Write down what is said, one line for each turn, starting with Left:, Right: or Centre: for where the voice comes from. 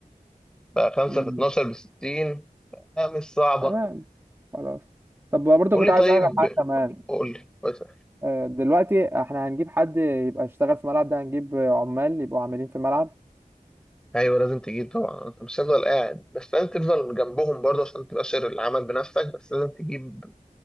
Centre: بقى خمسة
Right: مم.
Centre: في 12 بستين آه مش صعبة
Right: تمام خلاص طب برضه
Centre: قول
Right: كنت
Centre: لي
Right: عايز
Centre: طيب
Right: اعرف حاجه كمان
Centre: قول لي بس-
Right: آه، دلوقتي احنا هنجيب حد يبقى يشتغل في الملعب ده هنجيب عمال يبقوا عاملين في الملعب
Centre: أيوة لازم تجيب طبعا أنت مش هتفضل قاعد بس لازم تفضل جنبهم برضه عشان تبقى شر العمل بنفسك بس لازم تجيب